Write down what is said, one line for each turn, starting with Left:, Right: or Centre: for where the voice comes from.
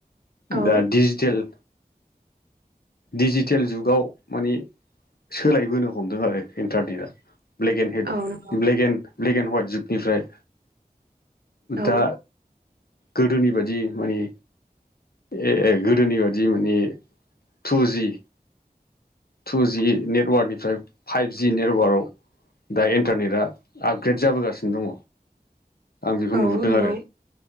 Right: औ
Left: दा डिजिटेल दिडिजिटेल जुगाव माने सोलायबोनो हमदों आरो इन्टारनेटआ ब्लेक एण्ड हेड
Right: औ नंगौ
Left: black and black and white जुगनिफ्राय
Right: औ
Left: दा गोदोनि बादि माने ए ए गोदोनि बादि माने टुजि टु जि नेटवार्कनिफ्राय फाइभजि नेटवार्कआव दा इन्टारनेटआ आपग्रेड जाबोगासिनो दङ आं बेखौ
Right: औ
Left: नुहुरदों
Right: नंगौ
Left: आरो